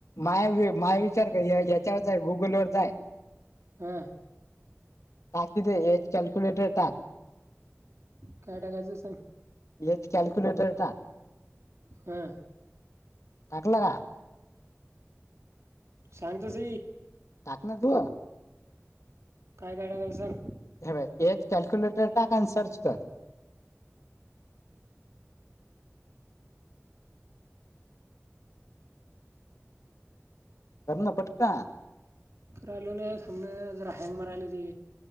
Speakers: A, on the left; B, on the right.
A: मा माय विचार याच्यावर जाय गुगल वर जाय
B: हम
A: टाक तिथे एच कॅल्क्युलेटर टाक
B: काय टाकायचं सांग
A: हेच कॅल्क्युलेटर येतात
B: हां
A: टाकलं का
B: सांगत स
A: टाक ना तु
B: काय कायगल सर
A: हे एक कॅल्क्युलेटरट अ सर्च कर करण पटका
B: रयलोय समने जरा हँंग मारयला जे